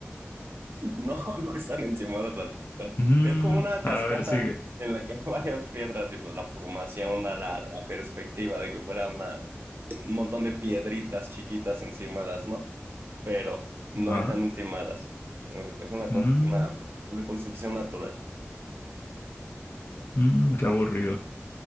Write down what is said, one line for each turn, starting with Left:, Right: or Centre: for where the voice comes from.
Right: No, <laughs> no están encimadas las piedras.
Left: Mm,
Right: Es como una cascada
Left: a ver, sigue.
Right: en la que hay varias piedras y pues la formación da la, la perspectiva de que fuera una- un montón de piedritas chiquitas encimadas, ¿no? Pero no
Left: Ah,
Right: están encimadas. Es una,
Left: mm,
Right: cons- una, una construcción natural.
Left: mm, qué aburrido.